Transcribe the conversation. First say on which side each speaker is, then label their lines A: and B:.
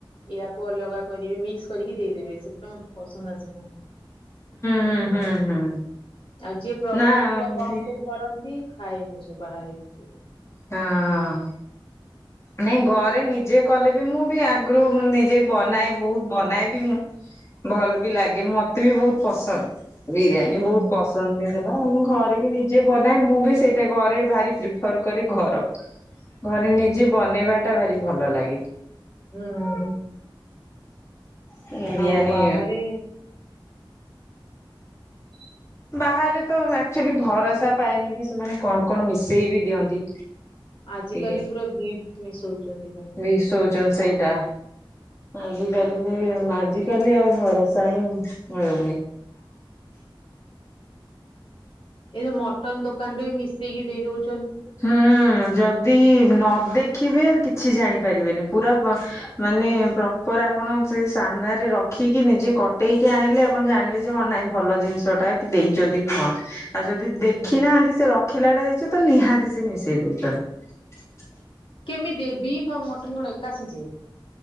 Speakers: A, on the left; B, on the left.
A: ଏଆକୁ ଅଲଗା କରିବେ ମିକ୍ସ କରିକି ଦେଇଦେବେ ସେ ମତେ ପସନ୍ତ ଆସେନି।
B: ହୁଁ ହୁଁ। ହୁଁ
A: ଆଉ ଯିଏ ପ୍ରପର
B: ନା ହଁ
A: ପୁରା ଦମ ଦେଇ କରନ୍ତି ଖାଇ ମି ସେ ବାହାରେ ଏତେ
B: ହଁ ନାଇଁ ଘରେ ନି ଯିଏ କଲେ ବି ମୁଁ ବି ଆଗରୁ ନିଜେ ବନାଏ ବହୁତ ବନାଏ ଭଲ ବି ଲାଗେ ମତେ ବି ବହୁତ ପସନ୍ଦ ବିରିୟାନୀ
A: ହୁଁ
B: ବହୁତ ପସନ୍ଦ ମୁଁ ଘରେ ବି ନିଜେ ବନାଏ ମୁଁ ବି ସେଇଟା ଘରେ ଭାରି ପ୍ରିଫର କରେ ଘର ଘରେ ନିଜେ ବନେଇବା ଟା ଭାରି ଭଲ ଲାଗେ।
A: ହୁଁ।
B: ବିରିୟାନୀ
A: ଆଉ ବାହାରେ <inaudible>
B: ବାହାରେ ତ ଏକ୍ଟୁଆଲି ଭରସା ପାଇନି ବି ସେମାନେ କଣ କଣ ମିଶେଇ ବି ଦିଅନ୍ତି।
A: ଆଜି
B: ଟିକେ
A: କାଲି ପୁରା ଭିଟ୍ ମିଶଉଛନ୍ତି ଖାଲି।
B: ମିଶଉଛନ୍ତି ସେଇଟା ଆଜିକାଲି ସେ ଆଜିକାଲି ଆଉ ଭରସା ହିଁ ମିଳୁନି।
A: ଏଇଯୋଉ ମଟନ୍ ଦୋକାନ ବି ମିଶେଇକି ଦେଇ ଦଉ
B: ହୁଁ ଯଦି ନ ଦେଖିବେ କିଛି ଜାଣି ପାରିବେନି ପୁରା ପ- ମାନେ ପ୍ରପର ଆପଣ ସେ ସାମ୍ନାରେ ରଖିକି ନିଜେ କଟେଇିକି ଆଣିଲେ ଆପଣ ଜାଣିବେ ଯେ ହଁ ନାଇଁ ଭଲ ଜିନିଷ ଟା ଦେଇଛନ୍ତି କି କଣ। ଆଉ ଯଦି
A: ହୁଁ।
B: ଦେଖି ନାହାନ୍ତି ସେ ରଖିଲା ଟା ହେଇଛ ତ ନିହାତି ସେ ମିଶେଇ ଦୋଉଛନ୍ତି।
A: କେମିତି ବିଫ ମଟନ୍ ଗୁଡ଼ା ଏକା ସିଝେ?